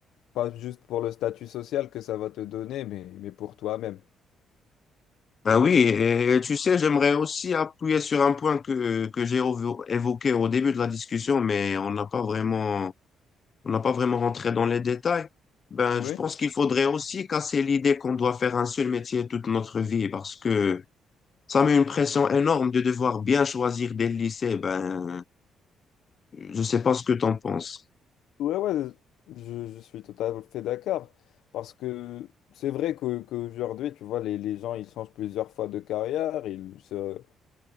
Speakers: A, on the left; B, on the left.
A: Pas juste pour le statut social que ça va te donner, mais, mais pour toi-même.
B: Ben oui, et, et tu sais, j'aimerais aussi appuyer sur un point que, que j'ai évo- évoqué au début de la discussion, mais on n'a pas vraiment, on n'a pas vraiment rentré dans les détails. Ben,
A: Oui.
B: je pense qu'il faudrait aussi casser l'idée qu'on doit faire un seul métier toute notre vie parce que ça met une pression énorme de devoir bien choisir dès le lycée. Ben, je sais pas ce que t'en penses.
A: Ouais, ouais, je, je suis tout à fait d'accord. Parce que c'est vrai que, qu'aujourd'hui, tu vois, les, les gens, ils changent plusieurs fois de carrière, ils se